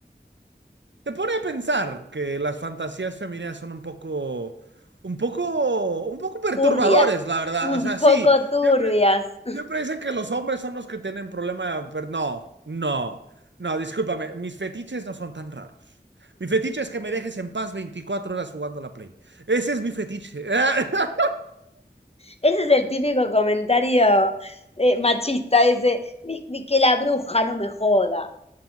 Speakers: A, on the right (about 85°); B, on the left (about 35°).
A: te pone a pensar que las fantasías femeninas son un poco, un poco, un poco perturbadores,
B: turbias,
A: la verdad.
B: un
A: O sea,
B: poco
A: sí,
B: turbias.
A: siempre, siempre dicen que los hombres son los que tienen problema, pero no, no, no, discúlpame, mis fetiches no son tan raros. Mi fetiche es que me dejes en paz 24 horas jugando a la Play. Ese es mi fetiche. <laughs>
B: Ese es el típico comentario eh, machista, ese, "Ni- ni que la bruja no me joda.